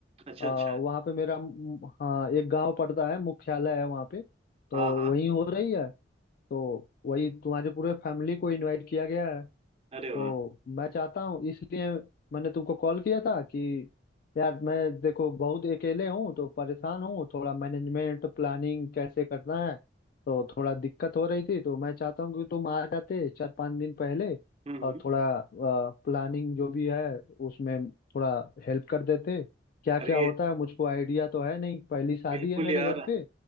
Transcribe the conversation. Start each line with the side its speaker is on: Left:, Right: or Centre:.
Right: अच्छा
Left: आ,
Right: अच्छा
Left: वहाँ पे मेरा म- हाँ एक गांव पड़ता है मुख्यालय है वहाँ पे तो
Right: हाँ हाँ
Left: वही हो रही है तो वही तुम्हारे पूरे फैमिली को इनवाइट किया गया है
Right: अरे
Left: तो
Right: वाह
Left: मैं चाहता हूँ इसलिए मैंने तुमको कॉल किया था कि यार मैं देखो बहुत अकेले हूँ तो परेशान हूँ थोड़ा मैनेजमेंट प्लानिंग कैसे करना है तो थोड़ा दिक्कत हो रही थी तो मैं चाहता हूँ कि तुम आ जाते चार पांच दिन पहले
Right: हम्म हम्म।
Left: और थोड़ा प्लानिंग जो भी है उसमें थोड़ा हेल्प कर देते क्या क्या
Right: अरे
Left: होता है मुझको आइडिया तो है नहीं पहली शादी
Right: बिल्कुल
Left: है मेरे
Right: यार
Left: घर पे